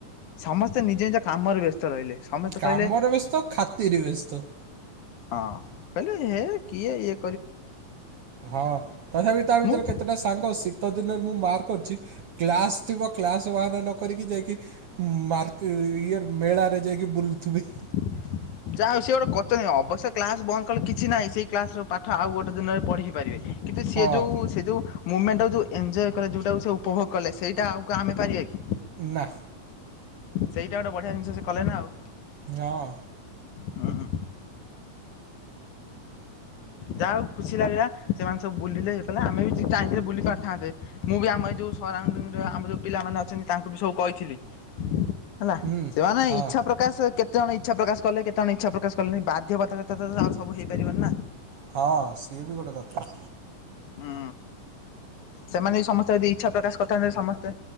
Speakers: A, on the left (about 70°); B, on the right (about 65°).
A: ସମସ୍ତେ ନିଜ ନିଜ କାମରେ ବ୍ୟସ୍ତ ରହିଲେ। ସମସ୍ତେ
B: କାମରେ
A: କହିଲେ
B: ବ୍ୟସ୍ତ ଖାତିରେ ବ୍ୟସ୍ତ।
A: ହଁ କହିଲେ ହେ କିଏ ୟେ
B: ହଁ ତଥାପି ତା ଭିତରେ
A: ମୁଁ
B: କେ ସେତେଟା ସାଙ୍ଗ ଶୀତ ଦିନରେ ମୁଁ ମାର୍କ କରିଚି କ୍ଲାସ୍ ଥିବ କ୍ଲାସ ବାହାନା ନ କରିକି ଯାଇକି ମାର୍କେ ଇଏ ମେଳାରେ ଯାଇକି ବୁଲୁଥିବି।
A: <inaudible> ଯାହା ହଉ ସେ ଗୋଟେ କଚନି ଅବଶ୍ୟ କ୍ଲାସ ବନ୍ଦ କଲେ କିଛି ନାହିଁ ସେଇ କ୍ଲାସ ରର ପାଠ ଆଉ ଗୋଟେ ଦିନରେ ପଢି ପାରିବେ। କିନ୍ତୁ ସିଏ
B: ହଁ
A: ଯୋଉ ସେ ଯୋଉ ମୁମେଣ୍ଟଟାକୁ ଯଉଁ ଏଞ୍ଜୟ କଲେ ଯେଉଁଟାକୁ ସେ ଉପଭୋଗ କଲେ ସେଇଟା ଆଉ ଆମେ କଣ ପାରିବା କି?
B: ନା।
A: ସେଇଟା ଗୋଟେ ବଢିଆ ଜିନିଷ ସେ କଲେ ନା ଆଉ।
B: ହଁ।
A: ହୁଁ ଯାହାହଉ ଖୁସି ଲାଗିଲା ସେମାନେ ସବୁ ବୁଲିଲେ ହେଇକଲେ ଆମେ ବି ଚାହିଁ ଥିଲେ ବୁଲି ପାରିଥାନ୍ତେ। ମୁଁ ବି ଆମ ଏ ଯୋଉ ସରାଉଣ୍ଡିଂ ରେ ଆମ ଯୋଉ ପିଲାମାନେ ଅଛନ୍ତି ତାଙ୍କୁ ବି ସବୁ କହିଥିଲେ। ହେଲା
B: ହୁଁ
A: ସେମାନେ
B: ହଁ
A: ଇଚ୍ଛା ପ୍ରକାଶ କେତେ କେତ ଜଣ ଇଚ୍ଛା ପ୍ରକାଶ କଲେ, କେତେ ଜଣ ଇଚ୍ଛ ପ୍ରକାଶ କଲେ ବାଧ୍ୟବଧକତା ତ ଆଉ ସବୁ ହେଇପାରିବନି ନା?
B: ହଁ ସିଏ ବି ଗୋଟେ କଥା।
A: ହୁଁ ସେମାନେ ବି ସମସ୍ତେ ଯଦି ଇଚ୍ଛା ପ୍ରକାଶ କରିଥାନ୍ତେ ସମସ୍ତେ